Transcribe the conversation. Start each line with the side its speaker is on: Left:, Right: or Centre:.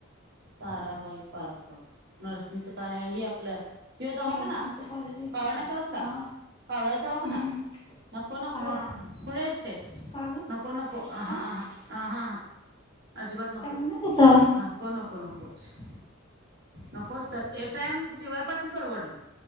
Right: ताराबाई पार्क, नरसिंग चा हे आपल ह्यो दवाखाना,
Left: नर्सिंगच कॉलेज आहे तिथं
Right: काळना कसला
Left: हा
Right: कावळ्या दवाखाना
Left: हम्म
Right: नको नको
Left: हा
Right: कुढे हेस ते,
Left: का ग
Right: नको नको ह
Left: का
Right: ह अजिबात नको,
Left: चांगलं नाही येतं
Right: नक नको नको, नकोच, नकोच तर एक टाइम डिवाय पाटिल परवडल,